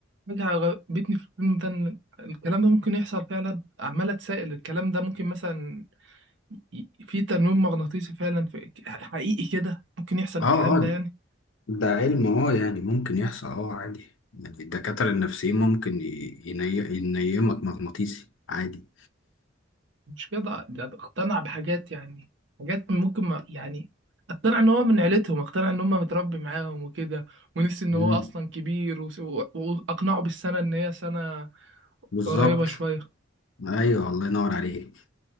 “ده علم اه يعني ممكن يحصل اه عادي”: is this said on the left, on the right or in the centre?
Left